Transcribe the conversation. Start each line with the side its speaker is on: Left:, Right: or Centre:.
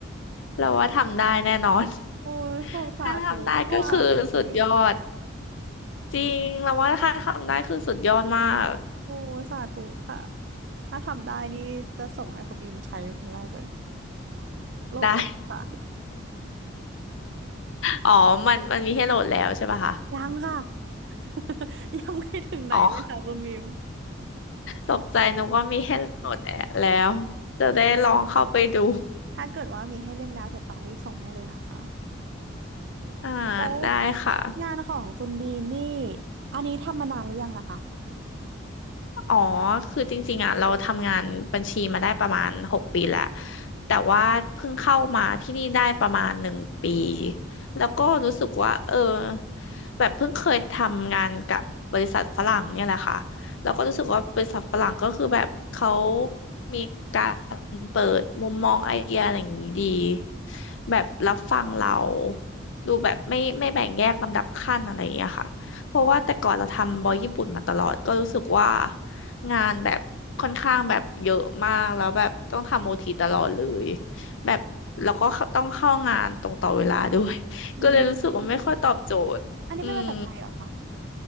Left: เราว่าทำได้แน่นอน
Right: โอ้ยขอบสาธุค่ะคุณดี
Left: <laughs> ถ้าทำได้ก็คือสุดยอด จริง เราว่าถ้าทำได้คือสุดยอดมาก
Right: โอ้สาธุค่ะถ้าทำได้นี่จะส่งให้คุณบีมใช้ครั้งแรกเลยโหลดเลยค่ะ
Left: ได้ อ๋อ มันมันมีให้โหลดแล้วใช่ป่ะคะ
Right: <laughs> ยังค่ะ <laughs> ยังไม่ถึงไหนเลยค่ะคุณบีม
Left: อ๋อตกใจนึกว่ามีให้โหลดแล้ว จะได้ลองเข้าไปดู
Right: อืมถ้าเกิดว่ามีให้เล่นแล้วเดี๋ยวต้องรีบส่งให้เลยนะคะ
Left: อ่า
Right: แล้ว
Left: ได้ค่ะ
Right: งานของคุณบีมนี่อันนี้ทำมานานหรือยังล่ะคะ
Left: อ๋อคือจริงๆอ่ะเราทำงานบัญชีมาได้ประมาณหกปีแล้วแต่ว่าเพิ่งเข้ามาที่นี่ได้ประมาณหนึ่งปี แล้วก็รู้สึกว่าเออแบบเพิ่งเคยทำงานกับบริษัทฝรั่งเนี่ยแหละค่ะแล้วก็รู้สึกว่าบริษัทฝรั่งก็คือแบบเขามีการเปิดมุมมองไอเดียอะไรอย่างนี้ดีแบบรับฟังเราดูแบบไม่ไม่แบ่งแยกลำดับขั้นอะไรอย่างเงี้ยค่ะเพราะว่าแต่ก่อนเราทำบอยญี่ปุ่นมาตลอดก็รู้สึกว่า งานแบบค่อนข้างแบบเยอะมากแล้วแบบต้องทำโอทีตลอดเลยแบบแล้วก็ต้องเข้างานตรงต่อเวลาด้วย <laughs>
Right: อืม
Left: ก็เลยรู้สึกว่าไม่ค่อยตอบโจทย์อืม
Right: อันนี้เป็นภาษาไทยเหรอคะ